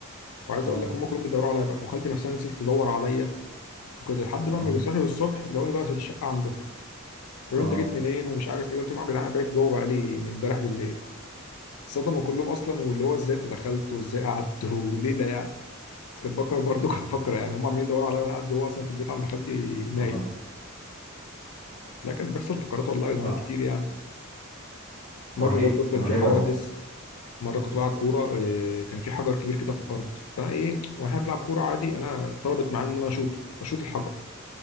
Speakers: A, on the left (about 75°); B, on the right (about 35°).
A: وعايز
B: اه
A: اقول لك هم كلهم بيدوروا عليا بقى وخالتي نفسها نزلت تدور عليا وكده لحد بقى
B: اه
A: ما جه صاحي الصبح لقوني بقى في الشقه عندهم قالوا
B: اه
A: لي انت جيت منين ومش عارف ايه قلت لهم يا جدعان انا بقيت جوه بقى لي من امبارح بالليل صدموا كلهم اصلا واللي هو ازاي انت دخلت وازاي قعدت <laughs> وليله يعني بس كنت بفكر برضه كنت فاكره يعني هم عمالين يدوروا عليا وانا قاعد جوه اصلا في البيت عند خالتي نايم
B: اه
A: لا كان بيحصل فقرات والله زمان
B: لا
A: كتير يعني مره
B: رهيب
A: برضه كان
B: رهيب
A: في حوادث
B: والله
A: مره كنت بلعب كوره إيه، كان في حجر كبير كده في الارض فانا ايه وانا بلعب كوره عادي انا طلبت معايا ان انا اشوطه اشوط الحجر